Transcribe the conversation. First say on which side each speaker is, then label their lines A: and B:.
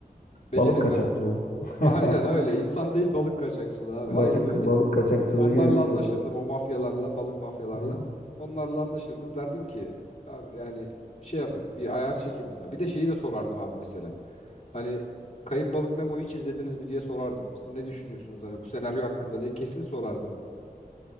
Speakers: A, on the left; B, on the left.
A: Beceremiyorum.
B: Balık kaçakçılığı.
A: <laughs>
B: <laughs>
A: Aynen öyle. İnsan değil balık kaçakçılığı abi.
B: Balık,
A: Aynen öyle.
B: balık kaçakçılığı
A: Onlarla
B: gibi bir şey
A: anlaşırdım
B: oluyor.
A: o mafyalarla, balık mafyalarla.
B: Hı.
A: Onlarla anlaşırdım. Derdim ki abi yani şey yapın, bir ayar çekin buna. Bir de şeyi de sorardım abi mesela. Hani Kayıp Balık Memo'yu hiç izlediniz mi diye sorardım. Siz ne düşünüyorsunuz hani bu senaryo hakkında diye kesin sorardım onu.